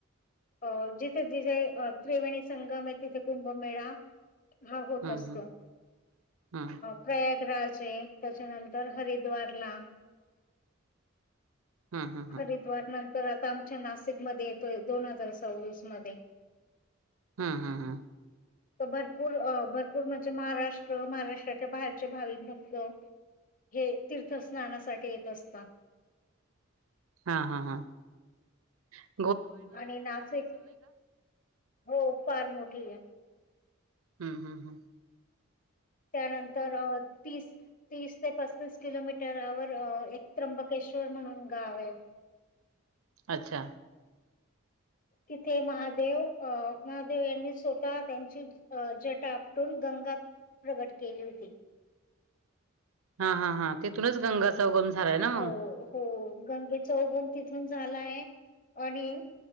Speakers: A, on the left (about 40°); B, on the right (about 80°).
A: अ जिथे जिथे त्रिवेणी संगम आहे तिथे कुंभमेळा हा होत
B: हम्म
A: असतो
B: हम्म
A: प्रयाग राजे <unintelligible> त्याच्यानंतर हरिद्वारला
B: हम्म हम्म हम्म
A: हरिद्वार नंतर तर आता आमच्या नाशिकमध्ये येतोय दोन हजार हजार सव्वीस मध्ये
B: हम्म हम्म हम्म
A: तर भरपूर भरपूर म्हणजे महाराष्ट्र महाराष्ट्राच्या बाहेरचे भाविक भक्त हे तीर्थ स्नानासाठी येत असता
B: हा हा हा ह <unintelligible>
A: आणि नाशिक हो फार मोठी आहे
B: हम्म हम्म हम्म
A: त्यानंतर तीस तीस ते पस्तीस किलोमीटरवर एक त्र्यंबकेश्वर म्हणून गाव आहे
B: अच्छा
A: तिथे महादेव अं महादेव यांनी स्वतः त्यांची जटा आपटून गंगा प्रगट केली होती
B: हा हा हा तिथूनच गंगा संगम झालाय ना
A: हो
B: मग
A: हो गंगेचा उगम तिथून झालाय आणि